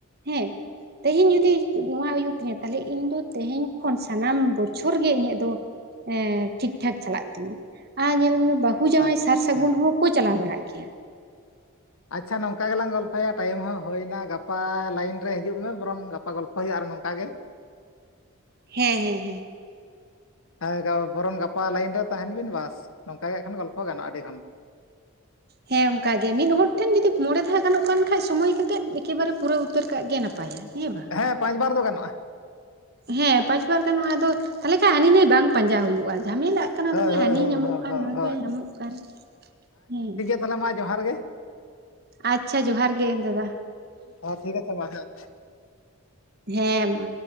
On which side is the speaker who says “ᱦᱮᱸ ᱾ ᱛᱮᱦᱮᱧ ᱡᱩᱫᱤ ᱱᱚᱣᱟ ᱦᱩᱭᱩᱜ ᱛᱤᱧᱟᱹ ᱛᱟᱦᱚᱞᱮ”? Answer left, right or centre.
Right